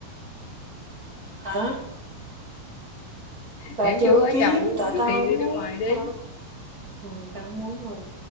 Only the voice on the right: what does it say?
Hả? Tao
chưa
kiếm
tại tao
không muốn,
tao ừ, tao không muốn rồi.